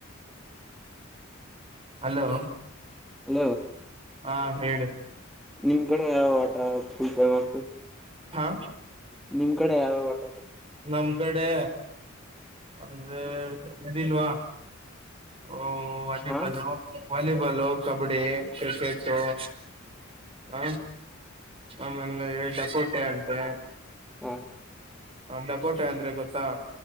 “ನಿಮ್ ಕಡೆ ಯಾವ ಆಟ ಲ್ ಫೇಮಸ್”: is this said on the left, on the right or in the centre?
Centre